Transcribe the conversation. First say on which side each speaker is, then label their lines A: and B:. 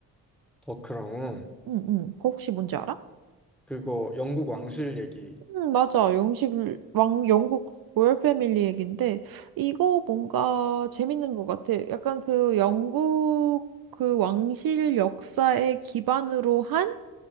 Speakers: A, in the centre; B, on the right (about 65°).
A: 더 크라운
B: 응, 응. 그거 혹시 뭔지 알아?
A: 그거 영국 왕실 얘기
B: 음, 맞아. 영식, 왕, 영국 로열 패밀리 얘긴데, 이거 뭔가 재밌는 것 같아. 약간 그 영국 그 왕실 역사에 기반으로 한